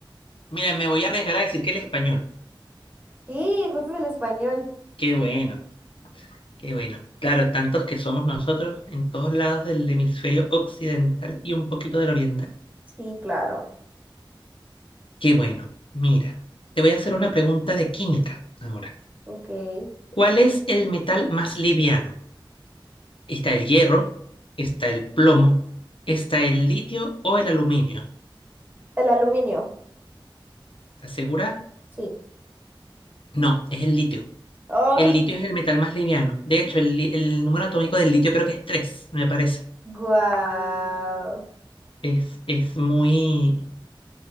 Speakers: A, on the left; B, on the right.
A: mira, me voy a arriesgar a decir que el español.
B: Sí, justo es el español.
A: Qué bueno, qué bueno. Claro, tantos que somos nosotros en todos lados del hemisferio occidental y un poquito del oriental.
B: Sí, claro.
A: Qué bueno. Mira, te voy a hacer una pregunta de química ahora.
B: Ok. El
A: ¿Cuál es el metal más liviano? ¿Está el hierro? ¿Está el plomo? ¿Está el litio o el aluminio?
B: aluminio,
A: ¿Estás segura?
B: sí.
A: No, es el litio.
B: Oh,
A: El litio es el metal más liviano. De hecho, el, li- el número atómico del litio creo que es 3. me parece.
B: guau.
A: Es, es muy,